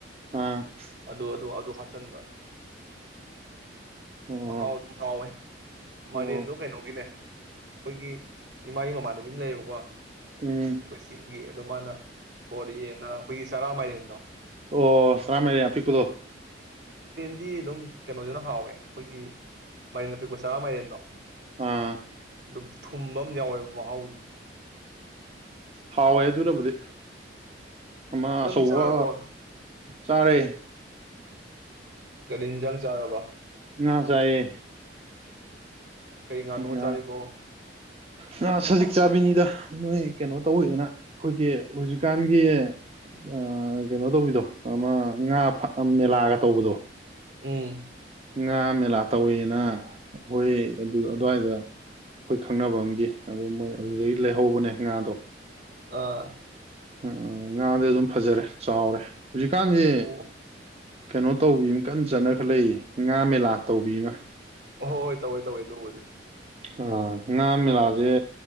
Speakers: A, on the right; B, on the right.
A: ꯑꯥ
B: ꯑꯗꯨ ꯑꯗꯨ ꯑꯗꯨ ꯍꯥꯞꯆꯟꯕ
A: ꯑꯣ
B: ꯑꯁ ꯃꯍꯥꯎ ꯑꯗꯨꯝ ꯍꯥꯎꯋꯦ ꯃꯔꯦꯟꯗꯣ
A: ꯑꯣ
B: ꯀꯩꯅꯣꯒꯤꯅꯦ ꯑꯩꯈꯣꯏꯒꯤ ꯏꯃꯥꯒꯤ ꯃꯃꯥꯟꯅꯕꯤ ꯑꯃ ꯂꯩꯌꯦꯕꯀꯣ ꯑꯩꯈꯣꯏ
A: ꯎꯝ
B: ꯆꯤꯡꯒꯤ ꯑꯗꯣ ꯃꯥꯅ ꯄꯣꯔꯛꯑꯦꯅ ꯑꯩꯈꯣꯏꯒꯤ ꯆꯔꯥ ꯃꯥꯏꯔꯦꯟꯗꯣ
A: ꯑꯣ ꯆꯔꯥ ꯃꯥꯏꯔꯦꯟ ꯌꯥꯝ ꯄꯤꯛꯄꯗꯣ
B: ꯗꯤ ꯑꯗꯨꯝ ꯀꯩꯅꯣꯁꯤꯅ ꯍꯥꯎꯋꯦ ꯑꯩꯈꯣꯏꯒꯤ ꯃꯥꯏꯔꯦꯟ ꯑꯄꯤꯛꯄ ꯆꯔꯥ ꯃꯥꯏꯔꯦꯟꯗꯣ
A: ꯑꯥ
B: ꯑꯗꯨꯝ ꯊꯨꯝꯕ ꯑꯃ ꯌꯥꯎꯋꯦꯕ ꯃꯍꯥꯎꯁꯦ
A: ꯍꯥꯎꯋꯦ ꯑꯗꯨꯅꯕꯨꯗꯤ ꯑꯃ
B: ꯅꯪꯗꯤ
A: ꯑꯆꯧꯕ
B: ꯆꯥꯔꯕꯣ
A: ꯆꯥꯔꯦ
B: ꯀꯔꯤ ꯏꯟꯖꯥꯡ ꯆꯥꯔꯕ
A: ꯉꯥ ꯆꯥꯏꯌꯦ
B: ꯀꯩ ꯉꯥꯅꯣ
A: ꯉꯥ
B: ꯆꯥꯔꯤꯕꯣ
A: ꯉꯥ ꯁꯖꯤꯛ ꯆꯥꯕꯤꯅꯤꯗ ꯃꯣꯏ ꯀꯩꯅꯣ ꯇꯧꯋꯦꯗꯅ ꯑꯩꯈꯣꯏꯒꯤ ꯍꯧꯖꯤꯛꯀꯥꯟꯒꯤ ꯑꯥ ꯀꯩꯅꯣ ꯇꯧꯕꯤꯗꯣ ꯑꯃ ꯉꯥ ꯃꯦꯂꯥꯒ ꯇꯧꯕꯗꯣ
B: ꯎꯝ
A: ꯉꯥ ꯃꯦꯂꯥ ꯇꯧꯋꯦꯅ ꯑꯩꯈꯣꯏ ꯑꯗꯨ ꯑꯗꯨꯋꯥꯏꯗ ꯑꯩꯈꯣꯏ ꯈꯪꯅꯕ ꯑꯃꯒꯤ ꯑꯗꯨ ꯃꯣꯏ ꯑꯗꯨꯗꯒꯤ ꯂꯩꯍꯧꯕꯅꯦ ꯉꯥꯗꯣ
B: ꯑꯥ
A: ꯎꯝ ꯉꯥꯗꯤ ꯑꯗꯨꯝ ꯐꯖꯔꯦ ꯆꯥꯎꯔꯦ ꯍꯧꯖꯤꯛꯀꯥꯟꯁꯤ
B: ꯑꯣ
A: ꯀꯩꯅꯣ ꯇꯧꯕꯤ ꯑꯃ ꯀꯟꯅ ꯆꯠꯅ ꯈꯂꯛꯏ ꯉꯥ ꯃꯦꯂꯥ ꯇꯧꯕꯤꯃ
B: ꯑꯍꯣꯏ ꯍꯣꯏ ꯇꯧꯋꯦ ꯇꯧꯋꯦ ꯑꯗꯨꯕꯨꯗꯤ
A: ꯑ ꯉꯥ ꯃꯦꯂꯥꯁꯦ